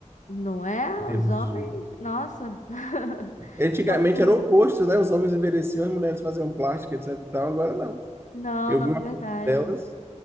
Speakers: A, on the left; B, on the right.
A: Não é?
B: Em termos
A: Os homens.
B: de...
A: Nossa. <laughs>
B: Antigamente
A: Tom Cruise.
B: era o oposto, né? Os homens envelheciam, as mulheres faziam plástica, etc e tal. Agora não.
A: Não,
B: Eu
A: não,
B: vi uma
A: verdade.
B: foto delas.